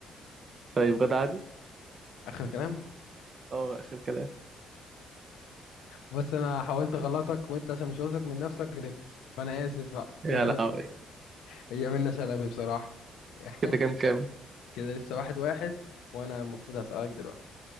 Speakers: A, on the right; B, on the left.
A: طيب غدا عادل
B: اخر كلام
A: اه اخر كلام
B: بس انا حاولت اغلطك وانت عشان مش واثق من نفسك غلطت فانا اسف بقى
A: يا
B: هي
A: لهوي
B: هي منة شلبي بصراحة <laughs>
A: كده كام كام
B: كده لسه واحد واحد وأنا المفروض هسألك دلوقتي